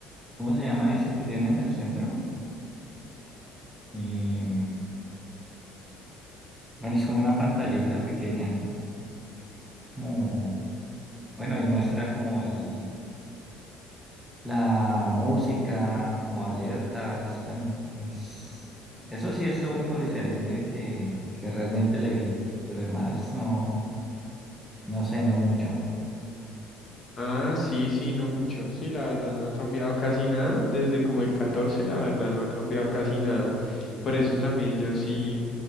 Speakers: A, in the centre; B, on the left (about 30°).
A: ¿cómo se llama eso que tiene en el centro? Y, bueno, es como una pantallita pequeña, como, bueno, y muestra como el, la música, como alertas, bueno, es, eso sí es lo único diferente que, que realmente le vi, pero además no, no sé, no mucho.
B: Ah, sí, sí, no mucho. Sí, la verdad no ha cambiado casi nada. Desde como el 14. la verdad no ha cambiado casi nada. Por eso también yo sí